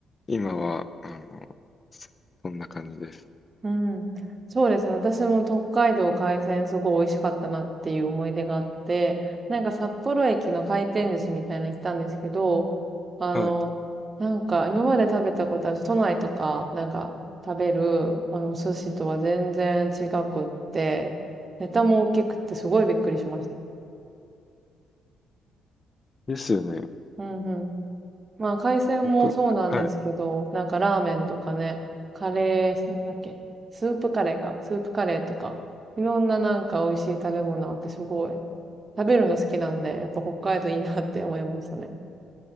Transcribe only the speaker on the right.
うん。そうですね。私も北海道海鮮すごい美味しかったなっていう思い出があって、なんか札幌駅の回転寿司みたいなの行ったんですけど、あの、
なんか今まで食べたことある都内とかなんか食べるあの寿司とは全然違くって、ネタも大きくてすごいびっくりしました。
うんうん。まあ、海鮮もそうなんですけど、
なんかラーメンとかね、カレー、なんだっけ、スープカレーか、スープカレーとか、いろんななんか美味しい食べ物あってすごい、食べるの好きなんで、やっぱ北海道いいなって思いましたね。